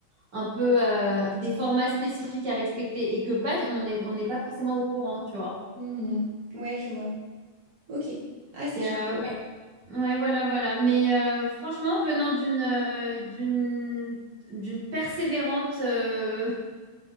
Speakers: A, on the right; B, on the right.
A: un peu euh, des formats spécifiques à respecter et que pas, on est, on n'est pas forcément au courant, tu vois.
B: Mhm. Ouais, je vois. Ok. Ah, c'est
A: Et,
B: chouette.
A: euh, ouais, ouais, voilà, voilà. Mais euh, franchement, venant d'une euh, d'une d'une persévérante euh,